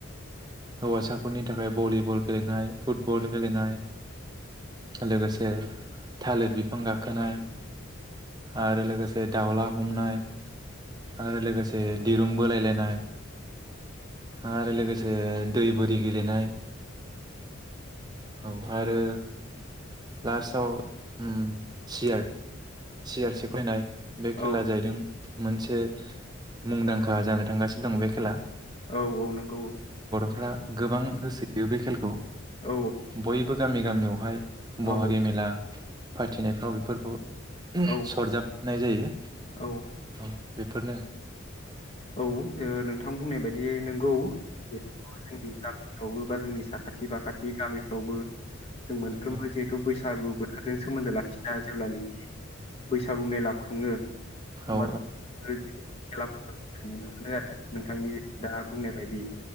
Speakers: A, on the right (about 20°); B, on the left (about 30°).
A: हौवासाफोरनि थाखाय भलिबल गेलेनाय फुटबल गेलेनाय लोगोसे से थालिर बिफां गाखोनाय आरो लोगोसे दावला हमनाय आरो लोगोसे दिरुं बोलायलायनाय आरो लोगोसे दै बोरि गेलेनाय औ आरो लास्टआव उ सियार सियारसे फैनाय बे
B: औ
A: खेलाया जाहैदों मोनसे मुंदांखा जानो थांगासिनो दं बे खेला
B: औ औ नंगौ औ
A: फ्रा गोबां होसोयो बे खेलखौ
B: औ
A: बयबो गामि गामियावहाय बहागि
B: औ
A: मेला फाथिनायफ्राव बेफोरखौ
B: औ
A: सरजाबनाय जायो
B: औ
A: औ बेफोरनो
B: औ ओ नोंथां बुंनाय बायदि नंगौ जिहेथु जोंनि गामि बावबो बा जोंनि साखा थि बाखाथि गामिफ्रावबो जों मोनफ्रोमबो
A: औ
B: जिहेथु बैसागु बोथोरजों सोमोन्दो लाखिना जेब्लानि बैसागु मेला खुङो
A: औ
B: बाथ ओरैथिं खेलाफोरखौ नुनो मोनो आरो नोंथांनि जे दा बुंनाय बायदि